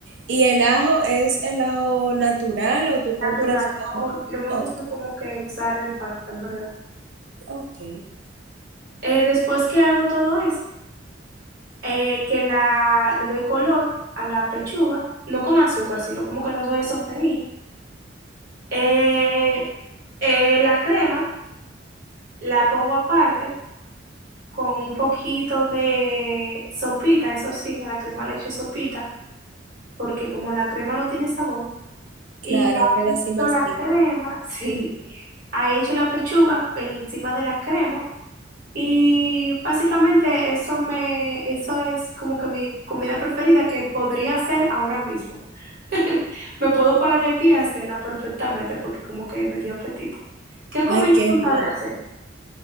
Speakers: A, on the right; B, on the right.
A: ¿Y el ajo es el ajo natural o tú
B: natural.
A: compras
B: No,
A: ajo?
B: no me
A: Oh,
B: gusta como que usar en pasta, en verdad.
A: ok,
B: Eh, después que hago todo eso, eh, que la, le doy color a la pechuga, no con azúcar, sino como que trato de sofreírla. Eh, eh, la crema la pongo aparte con un poquito de sopita, eso sí, a la crema le echo sopita, porque como la crema no tiene sabor, y
A: claro,
B: ahí
A: queda así
B: echo
A: más
B: la
A: rico.
B: crema, <laughs> sí, ahí echo la pechuga encima de la crema Y básicamente eso me, eso es como que mi comida preferida que podría hacer ahora mismo. <laughs> Me puedo parar de aquí y hacerla perfectamente porque como que me dio apetito. ¿Qué comida
A: Ay, qué
B: tú sabes
A: rico.
B: hacer?